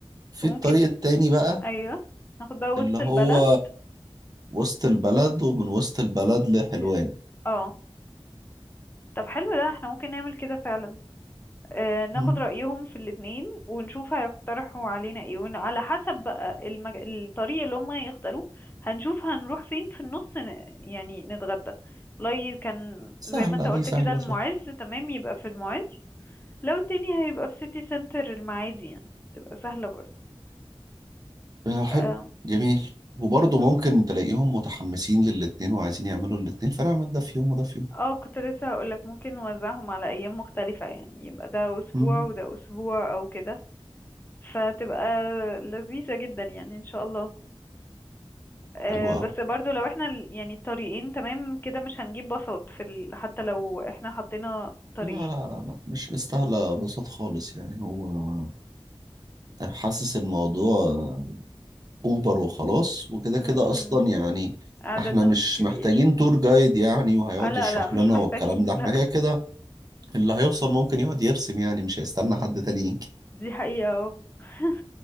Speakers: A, on the right; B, on the left.
A: في
B: وممكن
A: الطريق التاني بقى
B: ايوه ناخد بقى وسط
A: اللي هو
B: البلد
A: وسط البلد ومن وسط البلد لحلوان
B: في... اه طب حلو ده احنا ممكن نعمل كده فعلا آه ناخد
A: مم.
B: رأيهم في الاتنين ونشوف هيقترحوا علينا ايه وعلى حسب بقى المج... الطريق اللي هم هيختاروه هنشوف هنروح فين في النص ن... يعني نتغدى والله كان
A: سهلة
B: زي ما انت
A: دي
B: قلت
A: سهلة
B: كده المعز
A: سهلة
B: تمام يبقى في المعز لو التاني هيبقى في سيتي سنتر المعادي يعني تبقى سهلة برضه
A: آه، حلو
B: آه.
A: جميل وبرضه ممكن تلاقيهم متحمسين للاتنين وعايزين يعملوا الاتنين فنعمل ده في يوم وده في يوم
B: اه كنت لسه هقولك ممكن نوزعهم على ايام مختلفة يعني يبقى ده اسبوع
A: مم.
B: وده اسبوع او كده فتبقى لذيذة جدا يعني ان شاء الله آه
A: حلو
B: بس
A: أوي
B: برضو لو احنا ال- يعني الطريقين تمام كده مش هنجيب باصات في ال... حتى لو احنا حطينا طريقين
A: لا لا لا لا مش مستاهلة بساط خالص يعني هو حاسس الموضوع أوبر وخلاص وكده
B: امم
A: كده أصلا يعني
B: عددنا
A: احنا مش
B: مش كبير
A: محتاجين تور جايد يعني وهيقعد
B: آه لا
A: يشرح
B: لا مش
A: لنا
B: محتاجين
A: والكلام ده احنا
B: لا
A: كده كده اللي هيوصل ممكن يقعد يرسم يعني مش هيستنى حد تاني يجي
B: دي حقيقة اه <laughs>